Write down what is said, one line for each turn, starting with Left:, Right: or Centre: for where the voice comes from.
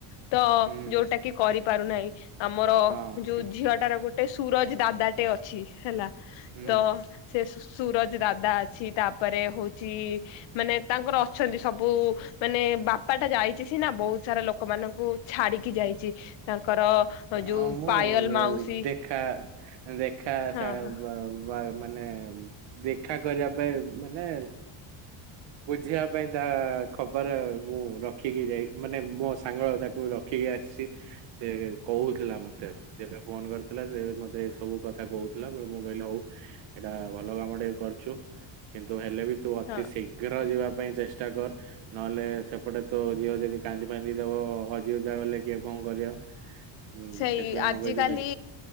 Left: ତ
Right: ହୁଁ
Left: ଯୋଉଟା କି କରିପାରୁନାହିଁ, ଆମର
Right: ହଁ
Left: ଯୋଉ
Right: ଠିକ
Left: ଝିଅଟାର ଗୋଟେ ସୁରଜ ଦାଦାଟେ ଅଛି ହେଲା।
Right: ହୁଁ
Left: ତ ସେ ସୁ ସୁରଜ ଦାଦା ଅଛି। ତାପରେ ହଉଛି ମାନେ ତାଙ୍କର ଅଛନ୍ତି ସବୁ। ମାନେ ବାପା ଟା ଯାଇଛି ସିନା ବହୁତ ସାରା ଲୋକମାନଙ୍କୁ ଛାଡିକି ଯାଇଛି। ତାଙ୍କର
Right: ହଁ
Left: ଯୋଉ
Right: ମୁଁ
Left: ପାୟଲ
Right: ଉଁ
Left: ମାଉସୀ
Right: ଦେଖା ଦେଖା
Left: ହଁ
Right: ଶା
Left: ହଁ
Right: ବା ବା ମାନେ ଦେଖା କରିବା ପାଇଁ ମାନେ ବୁଝିବା ପାଇଁ ତା ଖବର ମୁଁ ର ରଖିକି ଯାଇ ମାନେ ମୋ ସାଙ୍ଗ ତାକୁ ରଖିକି ଆସିଛି। ସେ କହୁଥିଲା ମତେ ଯେବେ ଫୋନ କରିଥିଲା ସେ ମତେ ଏ ସବୁ କଥା କହୁଥିଲା ବଟ ମୁଁ କହିଲି ହଉ। ଏଇଟା ଭଲ କାମ ଟିକେ କରୁଛୁ କିନ୍ତୁ ହେଲେ ବି ତୁ ଅତି
Left: ହଁ।
Right: ସେଇ ଘର ଯିବା ପାଇଁ ଚେଷ୍ଟା କର। ନହେଲେ ସେପଟେ ତୋ ଝିଅ ଯଦି କାନ୍ଦି ଫାନ୍ନ୍ଦି ଦବ ହଜି ହଜା ଗଲେ କିଏ କଣ କରିବ? ହୁଁ
Left: ସେଇ
Right: ସେଥିପାଇଁ
Left: ଆଜିିକାଲି
Right: ମୁଁ କହିଛି ଦେଖ